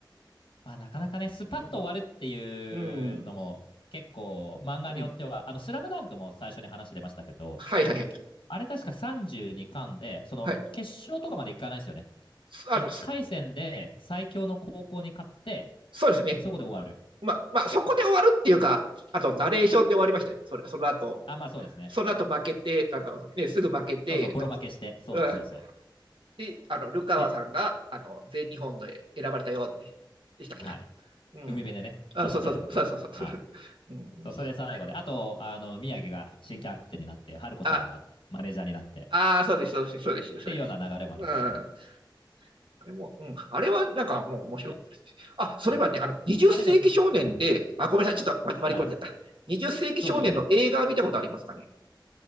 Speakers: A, on the left; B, on the right.
A: まあなかなかね、スパッと終わるっていうのも、
B: うん。う
A: 結構漫画によっては、
B: ん。
A: あの、スラムダンクも最初に話出ましたけど、
B: はいはいはい。
A: あれ確か32巻で、その決勝とかまでいかないんですよね。
B: はい。あの、
A: 1回戦で最強の高校に勝って、
B: そうですね。
A: そこで終わる。
B: ま、まあ、そこで終わるっていうか、あと、ナレーションで終わりましたね。それその後、
A: あ、まあそうですね。
B: その後負けて、あの、ね、すぐ負けて、
A: そうそう、ボロ負けして、そうそうそう。
B: うん、で、あの、ルカワさんが、
A: で、
B: あの、全日本で選ばれたよって、でしたっけな。
A: はい。
B: うん。
A: 海辺でね、
B: あ、
A: 走ってる時に。
B: そうそうそう、そうそうそう。
A: はい。
B: うん
A: そう、それ最後で。あと、あの、宮城が新キャプテンになって、春子ちゃんがマネージャーになって、
B: あ、ああ、そうです、そうです、そうですよ、
A: っていうような流れもありましたね。
B: そうです。うん。あれも、うん。あれはなんかもう面白かったですね。
A: で、
B: あ、それはね、あの、20世紀少年で、
A: うん、あれね、どうん、
B: あ、ごめんなさい、ちょっと割割り込んじゃった。
A: はい。
B: 20世紀少年の映画見たことありますかね
A: どうぞどうぞ。